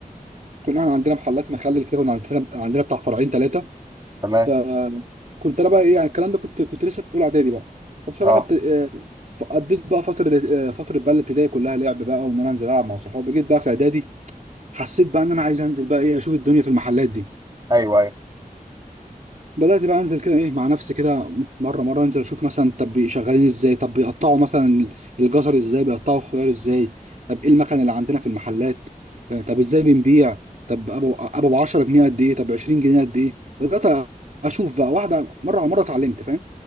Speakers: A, on the right (about 55°); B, on the right (about 25°).
A: كنا احنا عندنا محلات مخلل كده كنا عندنا عندنا بتاع فرعين ثلاثة
B: تمام
A: فكنت انا بقى ايه يعني الكلام ده كنت كنت لسه في اولى اعدادي بقى وبصراحه
B: اه
A: بت... آه، ف- قضيت بقى فتره آه، فتره بقى الابتدائي كلها لعب بقى وان انا انزل العب مع صحابي جيت بقى في اعدادي حسيت بقى ان انا عايز انزل بقى ايه اشوف الدنيا في المحلات دي
B: ايوه ايوه
A: بدات بقى انزل كده ايه مع نفسي كده مره مره انزل اشوف مثلا طب شغالين ازاي طب بيقطعوا مثلا الجزر ازاي بيقطعوا الخيار ازاي طب ايه المكان اللي عندنا في المحلات يعني طب ازاي بنبيع طب ابو ابو 10 جنيه قد ايه طب 20 جنيه قد ايه بدات اشوف بقى واحده مره على مره اتعلمت فاهم